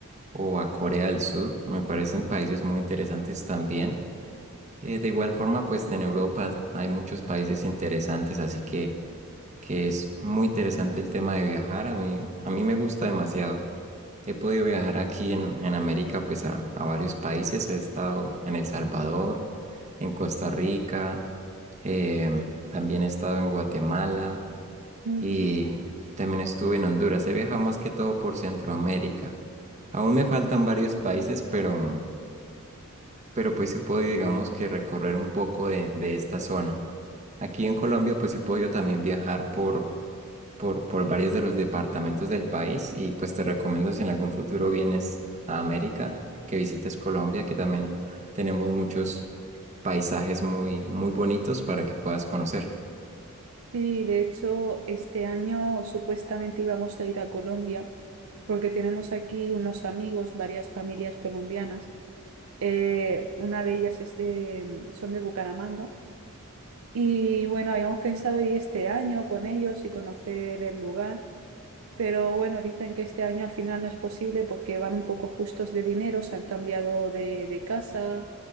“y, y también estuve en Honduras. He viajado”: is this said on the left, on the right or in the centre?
Right